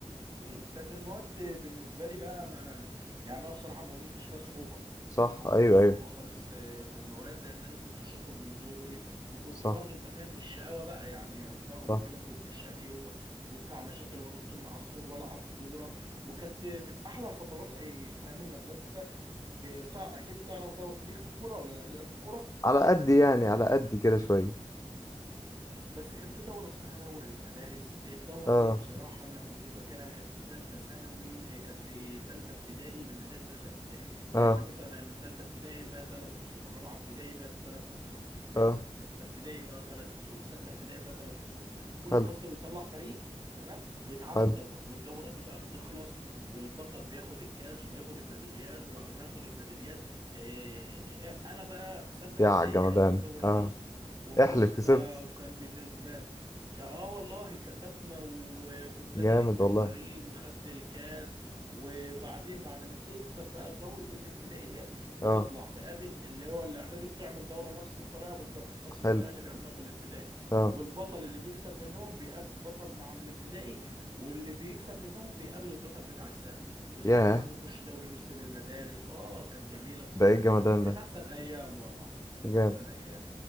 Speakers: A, on the right (about 40°); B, on the left (about 30°).
A: امم كانت المواد بالنسبه لي بقى ما يعني انا بصراحه ما واجهتش فيها صعوبه
B: صح
A: ما واجهتش
B: ايوه ايوه
A: صعوبه خالص آه، في المواد لان انا كنت شاطر من صغري وكنت
B: صح
A: برضو انت فاهم مش شقاوه بقى يعني رغم
B: صح
A: كده كنت شقي و- وبتاع مشاكل وانط من على السور والعب كوره وكانت من احلى الفترات أي- ايام المدرسه آه، تع- اكيد تعرف ده ليك في الكوره ولا لا لعبت كوره
B: على قد يعني على قد كده شويه
A: بس كان في دورة اسمها دور المدارس الدورة
B: اه
A: دي بصراحة أنا كنت فاكرها كانت في تالتة ثانوي إيه، كانت في تالتة ابتدائي من بداية تالتة ابتدائي
B: اه
A: يعني مثلا تالتة ابتدائي فيها تلات فصول رابعة ابتدائي فيها تلات فصول خمسة
B: اه
A: ابتدائي فيها تلات فصول ستة ابتدائي فيها تلات فصول كل
B: حلو
A: فصل بيطلع فريق تمام ويتعمل
B: حلو
A: دورة والدورة دي بقى بتخلص والبطل بياخد الكاس وبياخد الميداليات وبعد ما ياخد الميداليات إيه، إيه، أنا بقى في ستة
B: يا
A: ابتدائي
B: عالجمدان
A: خدت الدورة
B: اه
A: دي وفزنا
B: احلف كسبت
A: وكان بالنسبة ك- اه والله كسبنا وكنت انا
B: جامد
A: نجم الفريق
B: والله
A: وخدت الكاس وبعدين بعد ما تكسب بقى دورة الابتدائي ديت بتطلع
B: اه
A: تقابل اللي هو الاعدادي بتعمل دورة نفس الطريقة بالظبط نفس الطريقة
B: حلو
A: اللي بيعملوها في الابتدائي
B: اه
A: والبطل اللي بيكسب منهم بيقابل بطل مع الابتدائي واللي بيكسب منهم بيقابل البطل بتاع السنة وساعتها
B: ياه
A: بقى بيخش دوري بيبسي للمدارس اه كانت جميلة بصراحة
B: ده ايه الجمدان
A: كانت
B: ده
A: احسن ايام والله كانت
B: جامد
A: احسن ايام